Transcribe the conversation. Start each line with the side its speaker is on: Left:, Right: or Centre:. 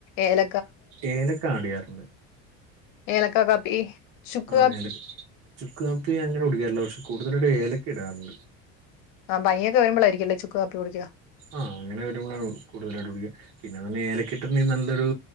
Left: ഏല
Right: ഏലക്ക ആഡ് ചെയ്യാറുണ്ട്.
Left: ഏലക്കാ കാപ്പി ചുക്ക്
Right: ആ
Left: കാപ്പി
Right: ഏലക്ക ചുക്ക് കാപ്പി അങ്ങനെ കുടിക്കാറില്ല പക്ഷെ കൂടുതലായിട്ട് ഏലക്ക ഇടാറുണ്ട്.
Left: ആഹ് പനിയൊക്കെ വരുമ്പോളായിരിക്കുംല്ലേ ചുക്ക് കാപ്പി കുടിക്കുക
Right: ആ അങ്ങനെ വരുമ്പോ കൂടുതലായിട്ട് കുടിക്ക പിന്നെന്ന് ഏല- കിട്ടുന്ന നല്ലൊരു